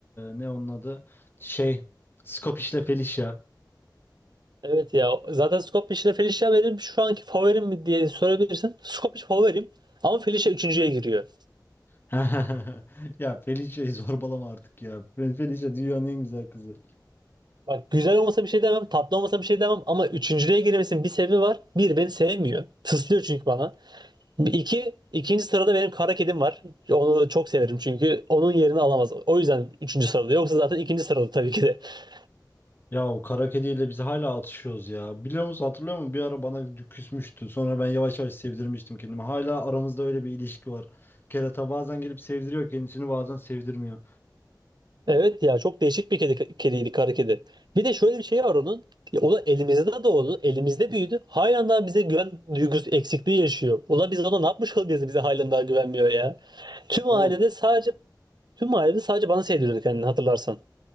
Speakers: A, on the left; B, on the right.
A: ne onun adı? Şey Scopish'le Felicia.
B: Evet ya zaten Skopje ile Felicia benim şu anki favorim mi diye sorabilirsin. Skopje favorim ama Felicia üçüncüye giriyor.
A: <laughs> Ya Felicia'yı zorbalama artık ya. Fe- Felicia dünyanın en güzel kızı.
B: Bak güzel olmasa bir şey demem, tatlı olmasa bir şey demem ama üçüncülüğe girmesinin bir sebebi var. Bir, beni sevmiyor. Tıslıyor çünkü bana. Bir- İki, ikinci sırada benim kara kedim var. Onu çok severim çünkü onun yerini alamaz. O yüzden üçüncü sırada. Yoksa zaten ikinci sırada tabii ki de. <laughs>
A: Ya o kara kediyle biz hala atışıyoruz ya. Biliyor musun hatırlıyor musun? Bir ara bana dü- küsmüştü. Sonra ben yavaş yavaş sevdirmiştim kendimi. Hala aramızda öyle bir ilişki var. Kerata bazen gelip sevdiriyor kendisini bazen sevdirmiyor.
B: Evet ya çok değişik bir kedi, kediydi kara kedi. Bir de şöyle bir şey var onun. O da elimizde doğdu. Elimizde büyüdü. Halen daha bize güven duygusu eksikliği yaşıyor. Ula biz ona ne yapmış olabiliriz bize halen daha güvenmiyor ya. Tüm
A: Oğlum
B: ailede sadece tüm ailede sadece bana sevdiriyordu kendini hatırlarsan.